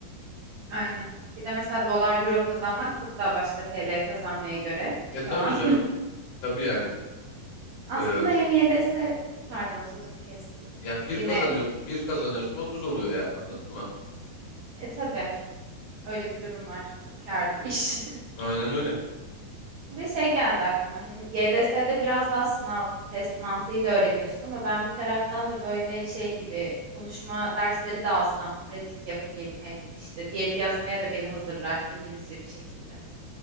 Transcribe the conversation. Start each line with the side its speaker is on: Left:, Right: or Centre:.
Right: Aynen. Bir de mesela dolar euro kazanmak çok daha başka TL kazanmaya göre
Left: E
Right: şu
Left: tabii
Right: an.
Left: canım. Tabii yani.
Right: <laughs> Aslında
Left: E,
Right: hem YDS pardon sözünü kestim.
Left: yani bir
Right: Yine
Left: kazanıyor, bir kazanıyorsun 30 oluyor yani anladın mı?
Right: e tabii öyle bir durum var. Çok karlı bir iş. <laughs>
Left: Aynen öyle.
Right: Bir de şey geldi aklıma. Hani YDS'de biraz daha sınav test mantığıyla öğreniyorsun ama ben bir taraftan da böyle şey gibi konuşma dersleri de alsam, pratik yapayım hem işte diyet yazmaya da beni hazırlar İngilizce bir şekilde.